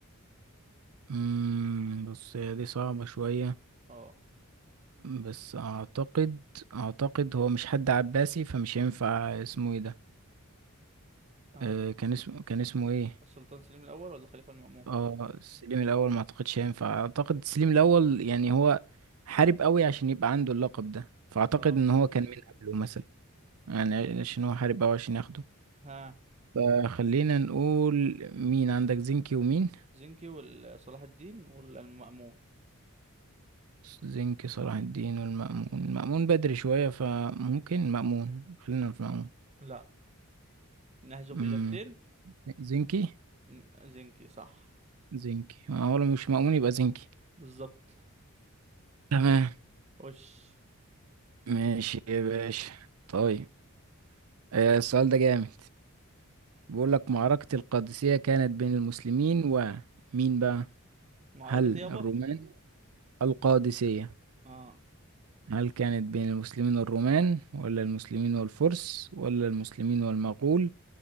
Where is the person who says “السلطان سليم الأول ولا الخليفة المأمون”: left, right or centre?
Right